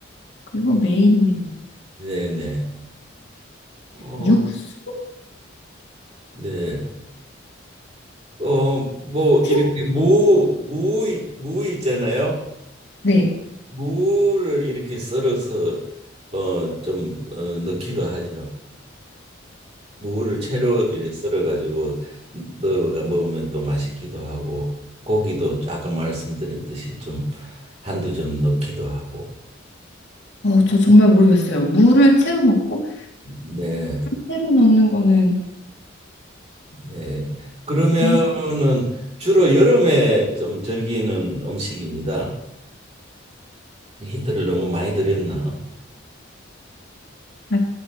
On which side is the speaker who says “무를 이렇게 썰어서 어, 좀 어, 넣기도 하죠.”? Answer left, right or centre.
Right